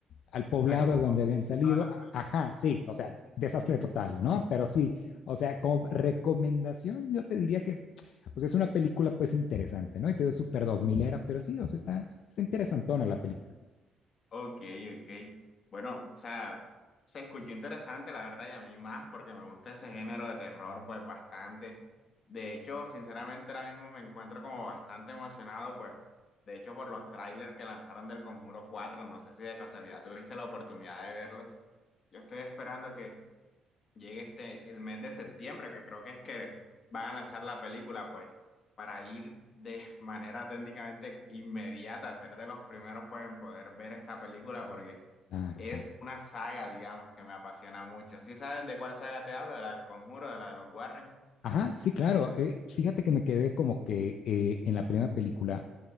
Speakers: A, on the left; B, on the left.
A: al poblado
B: sea, como...
A: de donde
B: con
A: habían salido,
B: toda la-
A: a- ajá, sí, o sea, desastre
B: Sí. <laughs>
A: total, ¿no? Pero sí, o sea, como recomendación, yo te diría que, o sea, es una película pues interesante, ¿no? Y te digo, súper dos milera, pero sí, o sea, está, está interesantona la película.
B: Ok, ok. Bueno, o sea, se escuchó interesante, la verdad, y a mí más, porque me gusta ese género de terror, pues bastante. De hecho, sinceramente, ahora mismo me encuentro como bastante emocionado, pues, de hecho, por los trailers que lanzaron del Conjuro cuatro No sé si de casualidad tuviste la oportunidad de verlos. Yo estoy esperando que llegue este el mes de septiembre, que creo que es que van a lanzar la película, pues, para ir de <laughs> manera técnicamente inmediata, a ser de los primeros, pues, en poder ver esta película, porque
A: Claro,
B: es
A: claro.
B: una saga, digamos, que me apasiona mucho. ¿Sí sabes de cuál saga te hablo? De la del Conjuro, de la de los Warren.
A: Ajá, sí, claro. eh, fíjate que me quedé como que eh, en la primera película,